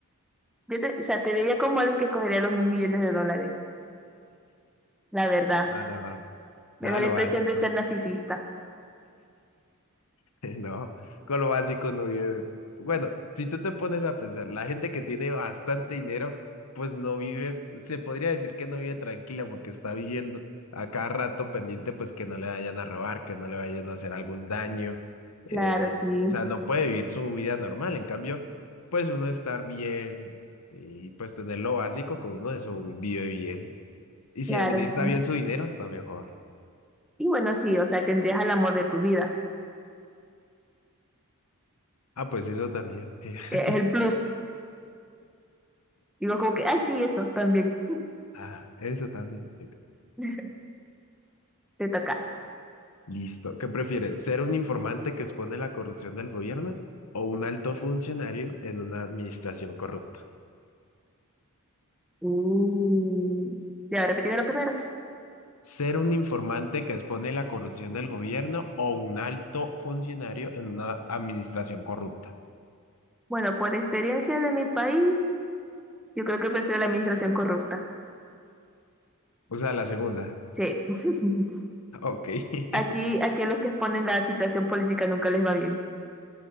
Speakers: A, in the centre; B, on the left (about 80°).
A: Yo te, o sea, te veía como alguien que escogería los mil millones de dólares. La verdad.
B: Nada,
A: Me
B: nada,
A: da la
B: lo
A: impresión
B: básico.
A: de ser narcisista.
B: <laughs> No, con lo básico no vive. Bueno, si tú te pones a pensar, la gente que tiene bastante dinero, pues no vive, se podría decir que no vive tranquila porque está viviendo a cada rato pendiente, pues que no le vayan a robar, que no le vayan a hacer algún daño. eh,
A: Claro, sí.
B: o sea, no puede vivir su vida normal. En cambio, pues uno estar bien y pues tener lo básico, con uno eso vive bien. Y si
A: Claro,
B: administra
A: sí.
B: bien su dinero, está mejor.
A: Y bueno, sí, o sea, tendrías el amor de tu vida.
B: Ah, pues eso también. <laughs>
A: Eh, Es el plus. Digo como que, ay, sí, eso también.
B: Ah, eso también.
A: <laughs> Te toca.
B: Listo. ¿Qué prefieres? ¿Ser un informante que expone la corrupción del gobierno o un alto funcionario en una administración corrupta?
A: Uh. Ya, repetirme lo primero.
B: ¿Ser un informante que expone la corrupción del gobierno o un alto funcionario en una administración corrupta?
A: Bueno, por experiencia de mi país, yo creo que prefiero la administración corrupta.
B: O sea, la segunda.
A: Sí. <laughs>
B: Ok. <laughs>
A: Aquí, aquí a los que exponen la situación política nunca les va bien.